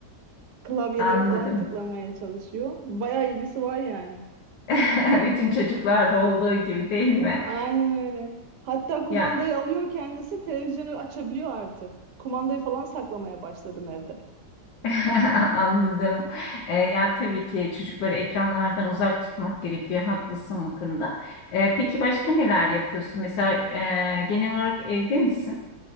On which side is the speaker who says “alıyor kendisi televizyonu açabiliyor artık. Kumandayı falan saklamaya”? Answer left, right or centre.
Right